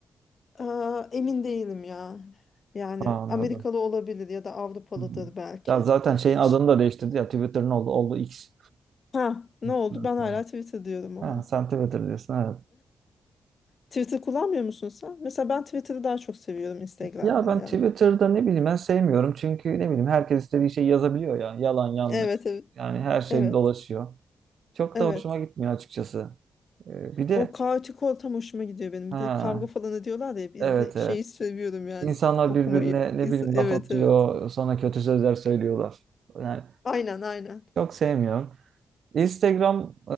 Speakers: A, on the left (about 40°); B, on the right (about 60°).
A: Aa, emin değilim ya. Yani
B: Aa, Anladım.
A: Amerikalı olabilir ya da Avrupalıdır
B: Hı hı.
A: belki.
B: Ya zaten şeyin adını
A: Ş-
B: da değiştirdi ya. Twitter'ın oldu, oldu X.
A: Ha, ne
B: <laughs>
A: oldu? Ben hala Twitter diyorum ama.
B: Ha, sen Twitter diyorsun evet.
A: Twitter kullanmıyor musun sen? Mesela ben Twitter'ı daha çok seviyorum Instagram'dan.
B: Ya ben
A: Yani
B: Twitter'da ne bileyim ben sevmiyorum. Çünkü ne bileyim herkes istediği şeyi yazabiliyor yani. Yalan yanlış.
A: Evet evet.
B: Yani her şey
A: Evet.
B: dolaşıyor. Çok
A: Evet.
B: da hoşuma gitmiyor açıkçası. Ee, bir de
A: O kaotik ortam hoşuma gidiyor benim.
B: ha
A: Bir de kavga falan ediyorlar da hep izle
B: evet evet.
A: şeyi seviyorum yani
B: İnsanlar
A: okumayı.
B: birbirine ne
A: İnsan-
B: bileyim
A: Evet
B: laf atıyor.
A: evet.
B: Sonra kötü sözler söylüyorlar. Yani
A: Aynen aynen.
B: çok sevmiyorum. Instagram